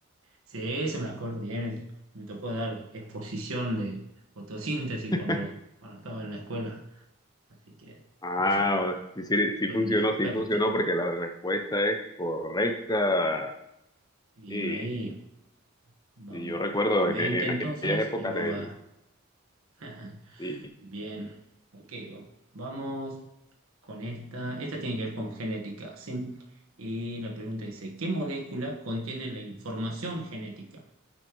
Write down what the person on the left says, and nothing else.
<laughs>
Ah,
sí, sí, sí
funcionó,
sí funcionó porque la respuesta es correcta.
Y,
y yo recuerdo
en, en
aquellas épocas
del...
Sí,